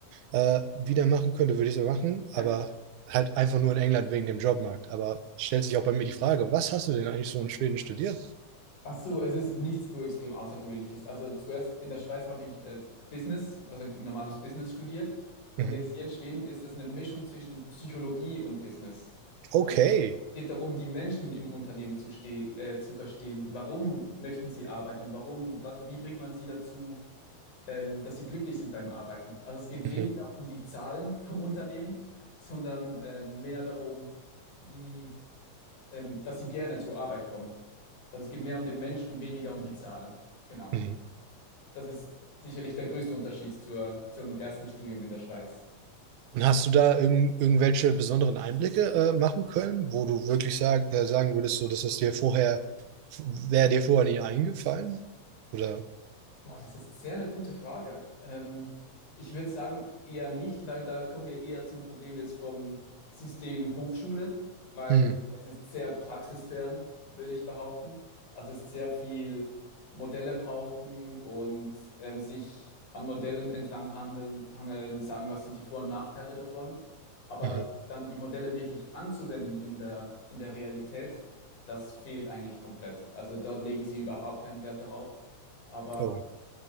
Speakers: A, on the right (about 80°); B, on the left (about 85°).
A: äh, wieder machen könnte, würde ich es machen. Aber
B: Ja.
A: halt einfach nur in England wegen dem Jobmarkt. Aber stellt sich auch bei mir die Frage, was hast du denn eigentlich so in Schweden studiert?
B: Ach so, es ist nichts so extrem Außergewöhnliches. Also zuerst in der Schweiz habe ich äh, Business, also normales Business studiert.
A: Mhm.
B: Und jetzt hier in Schweden ist es eine Mischung zwischen Psychologie und Business.
A: Okay.
B: Also geht darum, die Menschen im Unternehmen zu, ste äh, zu verstehen. Warum möchten sie arbeiten? Warum, was, wie bringt man sie dazu, ähm, dass sie glücklich sind beim Arbeiten? Also es geht weniger
A: Mhm.
B: um die Zahlen <laughs> vom Unternehmen, sondern äh, mehr darum, wie, ähm, dass sie gerne zur Arbeit kommen. Also es geht mehr um den Mensch und weniger um die Zahlen. Genau.
A: Mhm.
B: Das ist sicherlich der größte Unterschied zur, zum ersten Studium in der Schweiz.
A: Und hast du da irgend, irgendwelche besonderen Einblicke äh, machen können, wo du wirklich sag, äh, sagen würdest, so, dass das dir vorher, wäre dir vorher nie eingefallen? Oder?
B: Boah, das ist sehr eine gute Frage. Ähm, ich würde sagen, eher nicht, weil da kommen wir eher zum Problem jetzt vom System Hochschule, weil
A: Hm,
B: es ist sehr praxisfern, würde ich behaupten. Also es ist sehr viel Modelle pauken und ähm, sich an Modellen entlang handeln, hangeln, sagen, was sind die Vor- und Nachteile davon. Aber
A: mhm,
B: dann die Modelle wirklich anzuwenden in der, in der Realität, das fehlt eigentlich komplett. Also dort legen sie überhaupt keinen Wert darauf. Aber
A: oh,